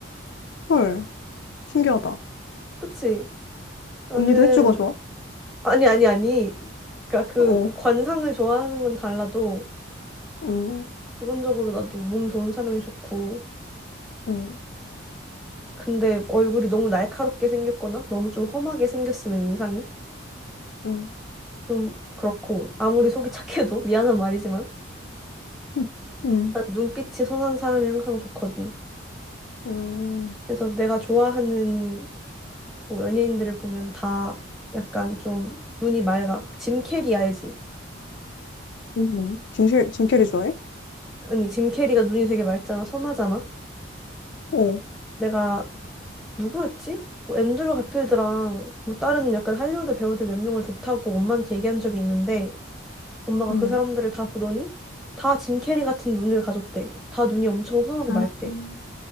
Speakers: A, on the left; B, in the centre.
A: 헐, 신기하다.
B: 그치? 나는
A: 언니도 해주가 좋아?
B: 아니 아니 아니. 그러니까 그
A: 어,
B: 관상을 좋아하는 건 달라도
A: 음,
B: 기본적으로 나도 몸 좋은 사람이 좋고,
A: 음,
B: 근데 얼굴이 너무 날카롭게 생겼거나 너무 좀 험하게 생겼으면 인상이
A: 음,
B: 좀 그렇고, 아무리 속이 착해도 <laughs> 미안한 말이지만,
A: 음, 음,
B: 난 눈빛이 선한 사람이 항상 좋거든.
A: 음,
B: 그래서 내가 좋아하는 뭐 연예인들을 보면 다 약간 좀 눈이 맑아. 짐 캐리 알지?
A: 음. 짐, 캐- 짐 캐리 좋아해?
B: 아니, 짐 캐리가 눈이 되게 맑잖아. 선하잖아.
A: 어,
B: 내가 누구였지? 뭐 앤드류 가필드랑 뭐 다른 약간 할리우드 배우들 몇 명을 좋다고 엄마한테 얘기한 적이 있는데 엄마가
A: 음,
B: 그 사람들을 다 보더니 다 짐 캐리 같은 눈을 가졌대. 다 눈이 엄청 선하고
A: 아,
B: 맑대.
A: 음,